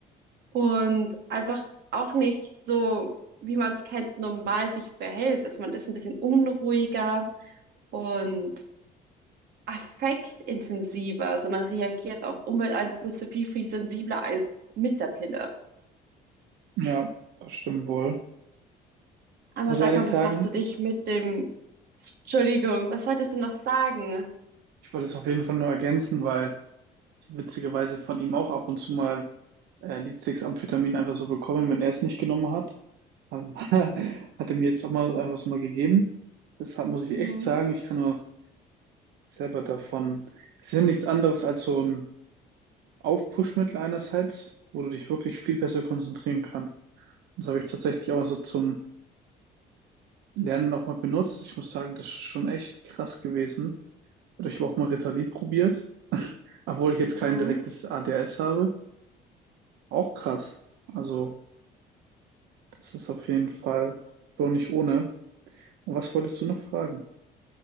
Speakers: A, on the right; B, on the right.
A: und einfach auch nicht so wie man es kennt, normal sich verhält. Also man ist ein bisschen unruhiger und affektintensiver. Also man reagiert auf Umwelteinflüsse viel, viel sensibler als mit der Pille.
B: Ja, das stimmt wohl.
A: Aber
B: Muss
A: sag
B: ehrlich
A: mal, befasst
B: sagen,
A: du dich mit dem... Entschuldigung, was wolltest du noch sagen?
B: ich wollte es auf jeden Fall nur ergänzen, weil ich witzigerweise von ihm auch ab und zu mal äh, amphetamin einfach so bekommen, wenn er es nicht genommen hat. Ähm, <laughs> Hat er mir jetzt auch mal einfach so mal gegeben. Deshalb muss ich
A: Mhm,
B: echt sagen, ich kann nur selber davon. Es ist ja nichts anderes als so ein Aufpushmittel einerseits, wo du dich wirklich viel besser konzentrieren kannst. Und Das habe ich tatsächlich auch so zum Lernen nochmal benutzt. Ich muss sagen, das ist schon echt krass gewesen. Oder ich habe auch mal Ritalin probiert, <laughs> obwohl ich jetzt
A: mhm.
B: kein direktes ADHS habe. Auch krass. Also, das ist auf jeden Fall schon nicht ohne. Und was wolltest du noch fragen?